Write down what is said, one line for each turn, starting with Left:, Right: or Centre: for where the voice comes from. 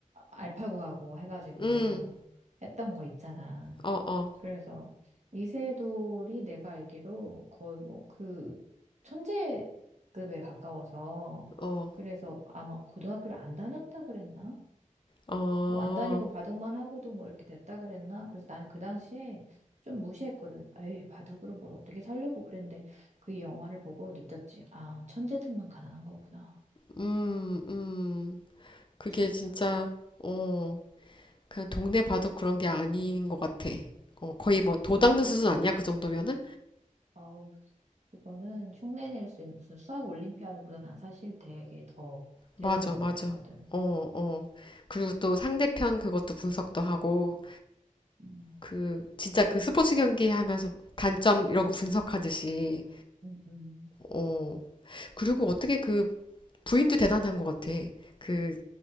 Right: 알파고하고 해가지고
Left: 음.
Right: 했던 거 있잖아.
Left: 어, 어,
Right: 그래서 이세돌이 내가 알기로 거의 뭐 그 천재급에 가까워서,
Left: 어,
Right: 그래서 아마 고등학교를 안 다녔다 그랬나?
Left: 어,
Right: 뭐 안 다니고 바둑만 하고도 뭐 이렇게 됐다 그랬나? 그래서 나는 그 당시에 좀 무시했거든. 에이, 바둑으로 뭘 어떻게 살려고 그랬는데 그 영화를 보고 느꼈지. 아, 천재들만 가능한 거구나.
Left: 음, 음. 그게
Right: 진짜.
Left: 진짜, 어, 그냥 동네 봐도 그런 게 아닌 것 같아. 어, 거의 뭐, 도
Right: 음.
Left: 닦는 수준 아니야? 그 정도면은?
Right: 아우, 그거는 흉내낼 수 있는 무슨 수학 올림피아드보다 난 사실 되게 더
Left: 맞아,
Right: 대단하다고
Left: 맞아.
Right: 느꼈거든.
Left: 어, 어. 그리고 또 상대편 그것도 분석도 하고,
Right: 음,
Left: 그, 진짜 그 스포츠 경기 하면서 단점 이런 거 분석하듯이,
Right: 음, 음.
Left: 어. 그리고 어떻게 그 부인도 대단한 것 같아. 그,